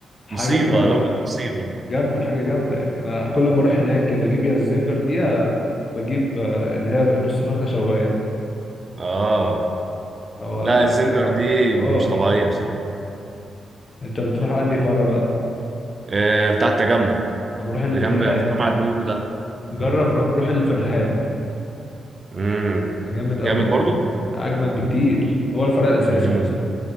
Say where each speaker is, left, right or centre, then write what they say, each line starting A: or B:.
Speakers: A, on the left; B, on the right.
A: حاجة
B: مصيبه
A: كده
B: لو مصيبه
A: جامدة حاجة جامدة يعني انا كل ما اروح هناك يا بجيب يا الزنجر دي يا بجيب آه، اللي هي نص فرخة شواية
B: اه
A: او آه،
B: لا الزنجر
A: ح-
B: دي
A: حوار
B: اللي مش طبيعية بصراحة
A: انت بتروح انهي فرع بقى
B: آه بتاع التجمع
A: انا بروح اللي
B: اللي
A: في الرحاب
B: جنب في جامع البنوك ده
A: جرب رو- روح اللي في الرحاب
B: امم
A: جامد قوي
B: جامد
A: يعني
B: برضو
A: اجمد بكتير هو الفرع الاساسي
B: امم
A: اصلا